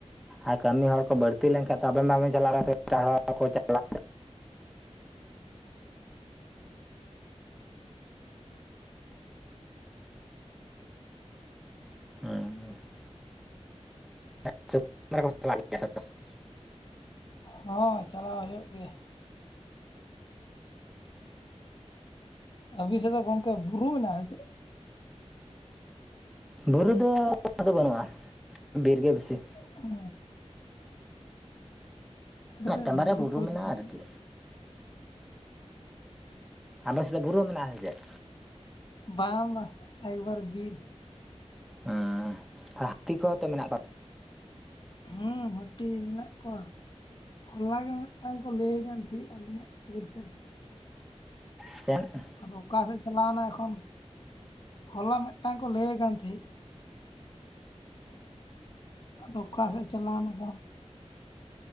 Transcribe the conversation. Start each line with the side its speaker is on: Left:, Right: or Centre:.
Centre: ᱟᱨ ᱠᱟᱹᱢᱤ ᱦᱚᱲ ᱠᱚ ᱵᱟᱹᱲᱛᱤ ᱞᱮᱱᱠᱷᱟᱱ ᱛᱚ ᱟᱵᱮᱱ ᱢᱟᱵᱮᱱ ᱪᱟᱞᱟᱣ ᱮᱴᱟᱜ ᱦᱚᱲᱟᱜ ᱠᱚ ᱪᱟᱞᱟᱜ-ᱟ᱾ ᱦᱮᱸ ᱦᱮ ᱸ <inaudible>
Left: ᱦᱚᱸ ᱪᱟᱞᱟᱣ ᱦᱳᱭᱳᱜ ᱜᱮᱭᱟ᱾ ᱟᱹᱵᱤᱱ ᱥᱮᱫ ᱫᱚ ᱜᱚᱝᱠᱮ ᱵᱩᱨᱩ ᱢᱮᱱᱟᱜ-ᱟ ᱪᱮᱫ?
Centre: ᱵᱩᱨᱩ ᱫᱚ <inaudible> ᱫᱚ ᱵᱟᱹᱱᱩᱜᱼᱟ ᱵᱤᱨ ᱜᱮ ᱵᱤᱥᱤ᱾
Left: ᱦᱚᱸ ᱟᱞᱮ
Centre: ᱢᱤᱫᱴᱟᱝ
Left: ᱫᱚ
Centre: ᱵᱟᱨᱭᱟ
Left: ᱵᱩᱨᱩ ᱠᱚ
Centre: ᱢᱮᱱᱟᱜᱼᱟ
Left: ᱡᱩᱫᱤ
Centre: ᱟᱨᱠᱤ
Left: <inaudible>
Centre: ᱟᱯᱮ ᱥᱮᱫ ᱫᱚ ᱵᱩᱨᱩ ᱢᱮᱱᱟᱜ-ᱟ ᱥᱮ ᱪᱮᱫ?
Left: ᱵᱟᱝ ᱵᱟᱝ ᱮᱠᱵᱟᱨᱮ ᱵᱤᱨ
Centre: ᱦᱮᱸ ᱦᱟᱹᱛᱤ ᱠᱚᱦᱚᱸ ᱛᱚ ᱢᱮᱱᱟᱜ ᱠᱚᱭᱟ?
Left: ᱦᱩᱸ ᱦᱟᱹᱛᱤ ᱢᱮᱱᱟᱜ ᱠᱚᱣᱟ ᱦᱚᱞᱟ ᱜᱮ ᱢᱤᱫᱴᱟᱝ ᱠᱚ ᱞᱟᱹᱭ ᱠᱟᱱ ᱛᱟᱦᱮᱸᱫ᱾ <unintelligible>
Centre: ᱪᱮᱫ?
Left: ᱟᱫᱚ ᱚᱠᱟ ᱥᱮᱫ ᱪᱟᱞᱟᱣ ᱮᱱᱟᱭ ᱮᱠᱷᱚᱱ ᱦᱚᱞᱟ ᱢᱤᱫᱴᱟᱝ ᱠᱚ ᱞᱟᱹᱭᱮ ᱠᱟᱱ ᱛᱟᱦᱮᱸᱫ᱾ ᱟᱫᱚ ᱚᱠᱟ ᱥᱮᱫ ᱪᱟᱞᱟᱣᱮᱱᱟ <inaudible>